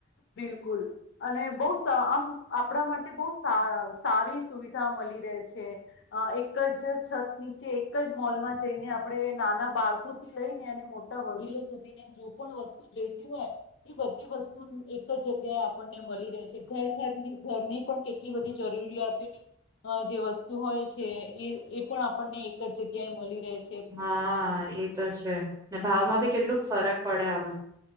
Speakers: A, on the left; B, on the right.
A: બિલકુલ અને બહુ સ આમ આપણા માટે બહુ સા સારી સુવિધા મલી રે છે. અ એક જ છત નીચે એક જ મોલમાં જઈને આપણે નાના બાળકોથી લઈને અને મોટા વડીલો સુધીને જો પણ વસ્તુ જોઈતી હોય એ બધી વસ્તુ એ એક જ જગ્યાએ આપણને મલી રે છે. ઘર ઘરની ઘરની પણ કેટલી બધી જરૂરિયાતોની અ જે વસ્તુ હોય છે. એ એ પણ આપણને એક જ જગ્યાએ મલી રે
B: હા એ તો છે ને ભાવમાં બી કેટલુંક ફરક પડે આમ.